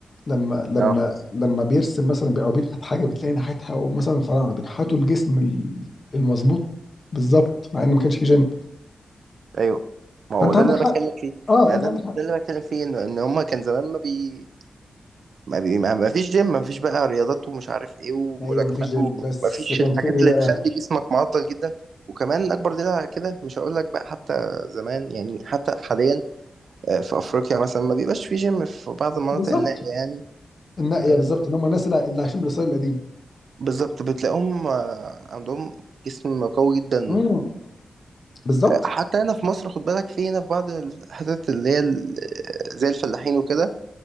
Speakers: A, on the left; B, on the right.
A: لما لما
B: اه
A: لما بيرسم مثلا بي- او بينحت حاجه بتلاقي ناحيتها او مثلا الفراعنه بينحتوا الجسم ال- المظبوط بالظبط مع ان ما كانش في جيم
B: ايوه ما هو
A: فانت
B: ده
A: عندك
B: اللي انا
A: حق
B: بتكلم فيه
A: اه
B: يعني
A: انت
B: ده,
A: عندك حق
B: ده اللي انا بتكلم فيه ان ان هما كان زمان ما بي ما بي ما ما فيش جيم ما فيش بقى رياضات ومش عارف ايه وملاكمات
A: ايوه ما فيش جيم
B: وما
A: بس
B: فيش
A: كان
B: الحاجات
A: في ايه
B: اللي
A: بقى
B: تخلي جسمك معضل جدا وكمان اكبر دليل على كده مش هقول لك بقى حتى زمان يعني حتى حاليا آه، في افريقيا مثلا ما بيبقاش في جيم في بعض المناطق
A: بالظبط
B: النائية يعني
A: النقيه
B: آه،
A: بالظبط ان هم الناس اللي اللي عايشين بالاصيل القديم
B: بالظبط بتلاقيهم آه، عندهم جسم قوي جدا
A: امم بالظبط
B: حتى هنا في مصر خد بالك في هنا في بعض الحتت اللي هي ال- زي الفلاحين وكده